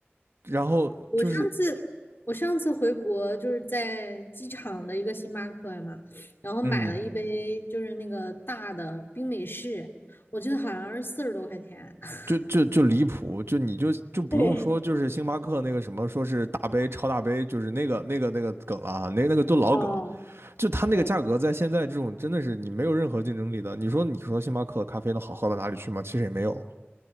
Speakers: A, on the right; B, on the left.
A: 然后就是
B: 我上次我上次回国就是在机场的一个星巴克嘛，然后买了一杯就是那个大的冰美式，
A: 嗯。
B: 我记得好像是四十多块钱。<laughs>
A: 就就就离谱，就你就就不用说，
B: 对，
A: 就是星巴克那个什么，说是大杯超大杯，就是那个那个那个梗了啊，那那个都老梗了。
B: 啊，
A: 就它那个价格，
B: 对，
A: 在现在这种真的是你没有任何竞争力的。你说你说星巴克的咖啡能好喝到哪里去吗？其实也没有。